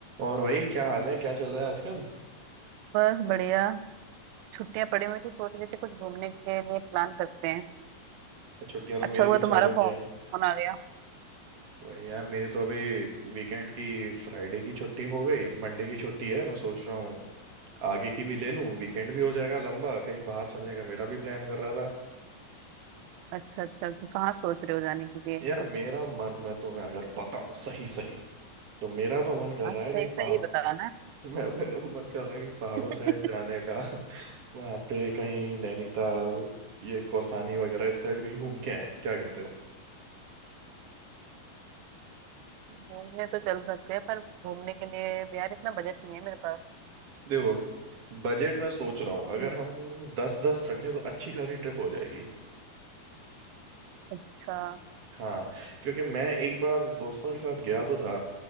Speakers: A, on the right; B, on the right.
A: और वही क्या हाल है क्या चल रहा है आजकल
B: बस बढ़िया छुट्टियां पड़ी हुई तो सोच रहे थे कुछ घूमने के लिए प्लान करते हैं
A: छुट्टियां तो
B: अच्छा
A: मेरी
B: हुआ
A: भी
B: तुम्हारा
A: चालू हो
B: फोन
A: गया है
B: आ गया
A: वही यार मेरी तो अभी वीकेंड की फ्राइडे की छुट्टी हो गई मंडे की छुट्टी है मैं सोच रहा हूँ आगे की भी ले लूँ वीकेंड भी हो जाएगा लंबा कहीं बाहर चलने का मेरा भी प्लान कर रहा था
B: अच्छा अच्छा तो कहाँ सोच रहे हो जाने के लिए
A: यार
B: कुछ
A: मेरा मन मैं तुम्हें अगर बताऊँ सही सही तो मेरा तो मन कर
B: हाँ
A: रहा है
B: सही
A: कहीं
B: सही
A: पहाड़
B: बताना
A: <laughs> मैं मेरा तो मन कर रहा है कहीं पहाड़ों
B: <laughs>
A: साइड जाने का <laughs> वहाँ पे कहीं नैनीताल ये कौसानी वगैरह इस साइड कहीं घूम के आए क्या कहते हो
B: घूमने तो चल सकते हैं पर घूमने के लिए भी यार इतना बजट नहीं है मेरे पास
A: देखो बजट में सोच रहा हूँ अगर
B: हम्म,
A: हम दस दस रखें तो अच्छी खासी ट्रिप हो जाएगी
B: अच्छा
A: हाँ क्योंकि मैं एक बार दोस्तों के साथ गया तो था